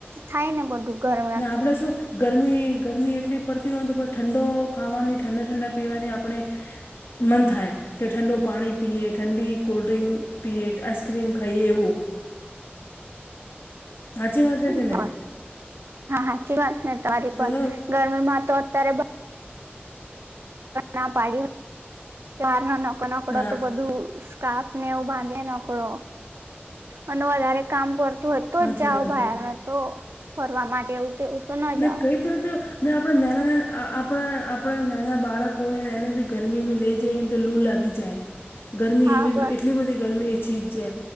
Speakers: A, on the right (about 75°); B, on the left (about 70°).
A: થાય ને બધું. ગરમથી
B: ના આપડે શું ગરમી ગરમી એટલી પડતી હોય તો પણ ઠંડો ખાવાની ઠંડા ઠંડા પીવાની આપણે મન થાય. કે ઠંડો પાણી પીએ ઠંડી કોલ્ડ્રિંક પીએ આઈસક્રીમ ખાઈએ એવું. હાચી વાત
A: બસ
B: કે નહીં.
A: હા હાચી વાત નહી તમારી પણ
B: તો
A: ગરમી માં તો અત્યારે. ના પાડી ચાર ન ન નકડો
B: હા
A: તો બધું. સ્કાફ ને એવ બાંધે નકળો અને વધારે કામ કરતો. ત હો તો
B: સાચી
A: જ જાાવ
B: વાત
A: બહારમાં
B: હે
A: તો ફરવા માટે એવું. તો ન
B: ને
A: જાઓ
B: કઈ તરતે ને આપણે નાના ના આપણા આપણા નાના બાળકો હોયને એને બી. ગરમીમાં લઈ જઈ ને તો લૂ લાગી જાય ગરમી
A: હા
B: એવી
A: બ
B: એટલી બધી ગરમી એ ચીજ છે.